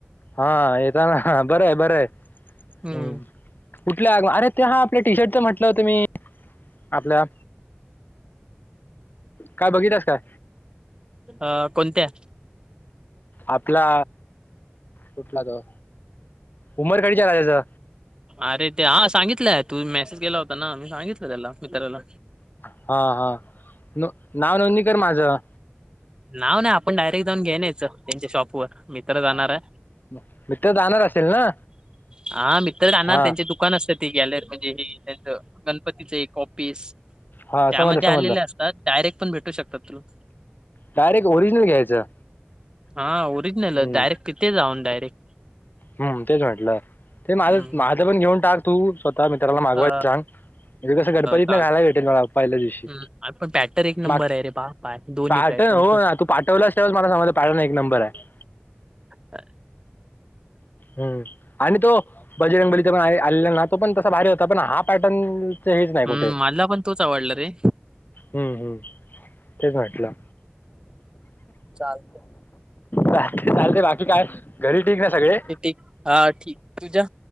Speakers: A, on the left; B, on the right.
A: हा येताना बरंय बरंय
B: हम्म
A: हम्. कुठल्या अगं अरे ते हा आपल्या टी शर्टच म्हटलं होतं मी आपल्या. काय बघितलास काय.
B: अ कोणत्या
A: आपला कुठला ते उमर <unintelligible>
B: अरे ते हा सांगितलंय तूम्ही मेसेज केला होता ना मी सांगितलं त्याला मित्राला
A: हा हा नु नाव नोंदणी कर माझं
B: नाव नाही आपण डायरेक्ट जाऊन घेऊन यायचं त्यांच्या शॉप वर मित्र जाणार आहे
A: म मित्र जाणार असेल ना
B: हा मि तर जाणार
A: हा
B: त्यांचे दु दुकान असत ती गॅलरी म्हणजे हे त्याच गणपतीच एक ऑफिस
A: हा
B: त्यामध्ये
A: समजलं समजलं
B: आलेले अस तात डायरेक्ट पण भेटू शकतात तूला
A: डायरेक्ट ओरिजिनल घ्यायचं
B: हा ओरिजनल आहे
A: हम्म
B: डायरेक्ट तिथे जाऊन डायरेक्ट
A: हम्म तेच म्हटलं ते माझं
B: हम्म
A: माझं पण घेऊन टाक तू स्वतः मित्राला मागवायला
B: अ
A: सांग म्हणजे कसं गणपतीतन
B: चालत
A: घालायला भेटेल पहिल्या दिवशी
B: हम् पण पॅटर्न एक नंबर
A: माग
B: आहे रे बा पाय दोन्ही
A: पाटव
B: पॅटर्न
A: अरे
B: पण
A: तू पाठवलस त्यावेळीच मला समजलं पॅटर्न एक नंबर आहे
B: अ
A: हम्म आणि तो बजरंगबलीचा पण आले आलेला ना तो पण तसा भारी होता पण हा पॅटर्न ते हेच नाही
B: हम्म
A: कुठे
B: मला पण तोच आवडला रे
A: हम्म हम्म तेच म्हटलं
B: चालत
A: चालतंय बाकी काय घरी ठीक ना सगळे
B: ठीक ठीक हा ठीक तुझ्या